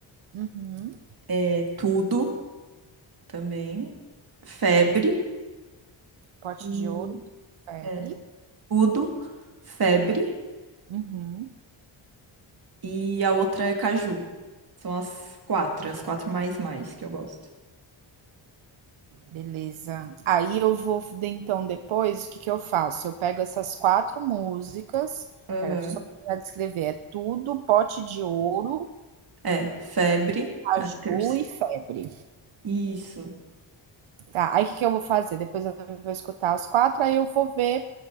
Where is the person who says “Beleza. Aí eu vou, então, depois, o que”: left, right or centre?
Right